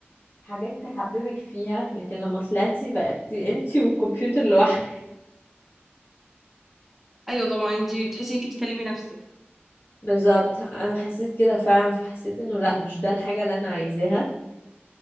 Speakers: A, on the left (about 60°); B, in the centre.
A: حاجات تحببك فيها لكن لما طلعتي بقت انتي والكمبيوتر لوحدك <laughs>
B: ايوه طبعا انت بتحسي انت بتكلمي نفسك
A: بالظبط انا حسيت كده فعلا فحسيت انه لا مش ده الحاجة اللي انا عايزاها